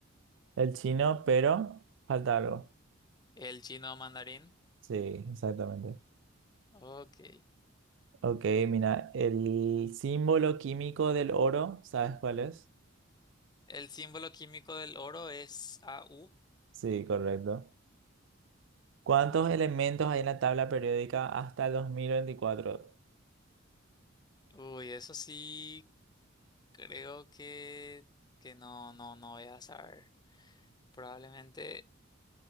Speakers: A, on the right; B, on the left.
A: El chino, pero falta algo.
B: El chino mandarín.
A: Sí, exactamente.
B: Ok.
A: Ok, mira, el símbolo químico del oro, ¿sabes cuál es?
B: El símbolo químico del oro es AU.
A: Sí, correcto. ¿Cuántos elementos hay en la tabla periódica hasta el 2024?
B: Uy, eso sí, creo que, que no, no, no voy a saber. Probablemente.